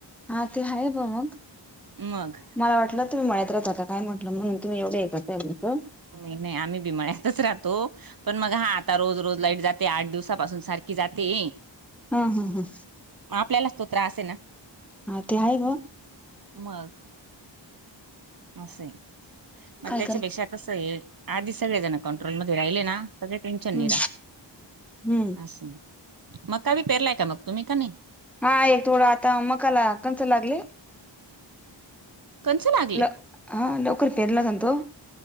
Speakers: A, in the centre; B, on the right (about 50°).
A: हा ते हायेच म मंग
B: मग
A: मला वाटलं तुम्ही मळ्यात राता का काय म्हटलं म्हणून तुम्ही एवढ हे करताय म्हटलं
B: नाय नाय आम्ही बी मळ्यातच राहतो. पण मग हा आता रोज रोज लाईट जाते आठ दिवसापासून सारखी जाते.
A: हा ह ह.
B: मं आपल्यालाच तो त्रास ये ना
A: हा ते हाय बघ
B: मग असय मग
A: काय
B: त्याच्यापेक्षा कसं ये आधीचं सगळे जण कंट्रोलमध्ये राहिले ना त ते टेन्शन
A: हम्म
B: नाय राहत.
A: हम्म
B: असंय मका बी पेरलाय का मग तुम्ही का नाय?
A: हा एक थोडं आता मकाला कंणस लागली.
B: कंणस लागली.
A: ल हा लवकर पेरला होता ना तो